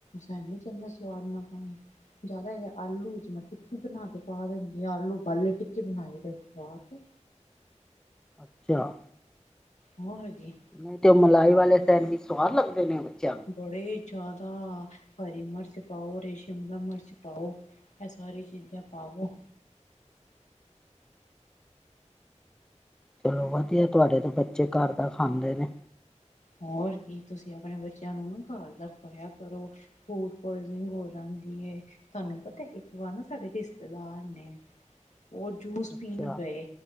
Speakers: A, on the left (about 75°); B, in the centre.
A: ਸੈਡਵਿਚ ਕਿ ਇੰਨਾ ਸਵਾਦ ਨਾ ਪਾਣਾ। <unintelligible> ਜ਼ਿਆਦਾ ਹੇਗਾ ਆਲੂ ਵਿੱਚ ਮੈ ਟਿੱਕੀ ਬਨਾ ਕੇ ਪਾ ਦਿਂਦੀ ਆ। ਆਲੂ ਉਬਾਲੇ ਟਿੱਕੀ ਬਨਾਈ ਤੇ ਪਾ ਤੀ।
B: ਅੱਛਾ।
A: ਮਹਰ ਕੀ <unintelligible> <unintelligible>
B: ਨਹੀਂ ਤੇ ੳਹ ਮਲਾਈ ਵਾਲੇ ਸੈਡਵੀਚ ਸਵਾਦ ਲੱਗਦੇ ਨੇ ਬੱਚਿਆਂ ਨੂੰ?
A: ਬੜੇ ਜੈਦਾ ਹਰੀ ਮਰਚ ਪਾਓ ਰੇ ਸ਼ਿਮਲਾ ਮਰਚ ਪਾਓ। ਇਹ ਸਾਰੀ ਚੀਜ਼ਾਂ ਪਾਵੋ।
B: ਚਲੋ ਵਧੀਆ ਤੁਹਾਡੇ ਤੋਂ ਬੱਚੇ ਘਰ ਦਾ ਖਾਂਦੇ ਨੇ।
A: ਹੋਰ ਕੀ ਤੁਸੀਂ ਅਪਣੇ ਬੱਚਿਆਂ ਨੂੰ ਨਾ ਘਰ ਦਾ ਖਵਾਇਆ ਕਰੋ। ਫੂਡ ਪਾੱਇਜ਼ਨਿੰਗ ਹੋ ਜਾਂਦੀ ਏ। ਤੁਹਾਨੂ ਪਤਾ ਇੱਕ ਵਾਰ ਨਾ ਸਾਡੇ ਰਿਸ਼ਤੇਦਾਰ ਨੇ ਉਹ ਜੂਸ
B: ਅੱਛਾ
A: ਪੀਨ ਗਏ